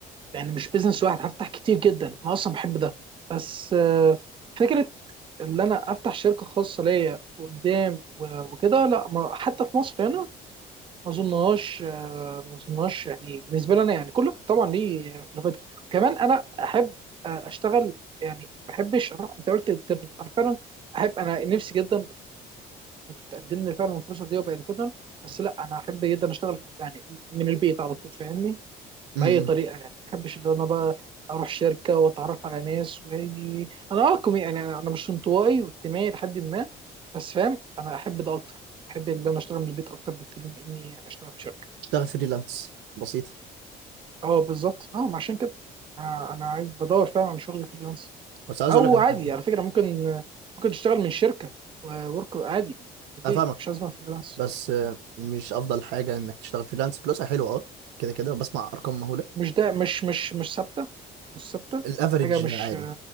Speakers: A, on the right; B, on the right.
A: يعني مش بيزنس واحد هفتح كتير جدا انا اصلا بحب ده بس آه، فكره ان انا افتح شركه خاصه ليا قدام و- وكده لا ما حتى في مصر هنا ما اظنهاش آه، ما اظنهاش يعني بالنسبه لي انا يعني كل واحد طبعا ليه خلافات كمان انا احب آه، اشتغل يعني ما بحبش اروح انت قلت انترنال انا فعلا احب انا نفسي جدا تقدم لي فعلا الفرصه دي وابقى انترنال بس لا انا احب جدا اشتغل يعني من البيت على طول فاهمني
B: امم
A: باي طريقه يعني ما بحبش ان انا بقى اروح شركه واتعرف على ناس وهاجي انا اه كومي يعني انا أنا مش انطوائي واجتماعي لحد ما بس فاهم انا احب ده اكتر احب ان انا اشتغل من البيت اكتر بكتير من اني اشتغل في شركه
B: اشتغل فريلانس بسيطه
A: اه بالظبط اه ما عشان كده آه انا عايز بدور فعلا على شغل فريلانس
B: بس عايز
A: او
B: اقول لك على
A: عادي
B: حاجه
A: على فكره ممكن ممكن تشتغل من شركه وورك عادي من البيت
B: افهمك
A: مش لازم فريلانس
B: بس آه، مش افضل حاجه انك تشتغل فريلانس فلوسها حلوه اه كده كده بسمع ارقام مهوله
A: مش ده مش مش مش ثابته مش ثابته
B: الافرج
A: حاجه مش
B: عالي